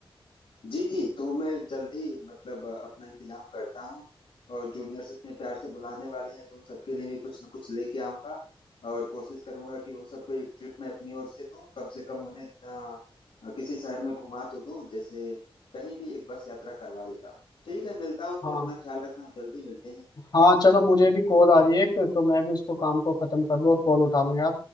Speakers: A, on the left; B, on the left.
A: जी जी तो मैं जल्द ही मतलब अपना इंतजाम करता हूँ और जूनियर्स इतने प्यार से बुलाने वाले हैं तो उन सबके लिए भी कुछ ना कुछ लेके आऊंगा और कोशिश करूंगा कि उन सबको एक ट्रिप मैं अपनी ओर से दूं कम से कम उन्हें अ, किसी शहर में घुमा तो दूं जैसे कहीं भी एक बस यात्रा करवा देता हूँ ठीक है मिलता हूँ फिर
B: हाँ
A: अपना ख्याल रखना जल्दी मिलते हैं
B: हाँ चलो मुझे भी कॉल आ रही है एक तो मैं भी उसको काम को खत्म कर लूँ और कॉल उठा लूँ यार